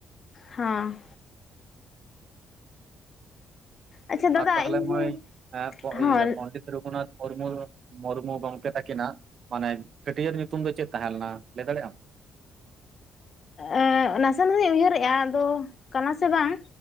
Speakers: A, on the left; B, on the right.
A: ᱦᱟᱸ᱾ ᱟᱪᱪᱷᱟ ᱫᱟᱫᱟ
B: ᱟᱨ ᱛᱟᱦᱞᱮ
A: ᱤᱧ
B: ᱢᱟᱭ ᱮᱸ ᱛᱚ
A: ᱦᱚᱸ
B: ᱤᱭᱟᱹ ᱯᱚᱱᱰᱤᱛ ᱨᱩᱜᱷᱩᱱᱟᱛᱽ ᱢᱩᱨᱢᱩ, ᱢᱩᱨᱢᱩ ᱜᱚᱝᱠᱮ ᱛᱟᱠᱤᱱᱟᱜ ᱢᱟᱱᱮ ᱪᱷᱟᱹᱴᱤᱭᱟᱹᱨ ᱧᱩᱛᱩᱢ ᱫᱚ ᱪᱮᱫ ᱛᱟᱦᱮᱸ ᱞᱮᱱᱟ ᱞᱟᱹᱭ ᱫᱟᱲᱮᱜ-ᱟᱢ?
A: ᱮᱸᱜ, ᱱᱟᱥᱮ ᱱᱟᱜ ᱤᱧ ᱩᱭᱦᱟᱹᱨᱮᱜ-ᱟ ᱟᱫᱚ ᱠᱟᱱᱟ ᱥᱮ ᱵᱟᱝ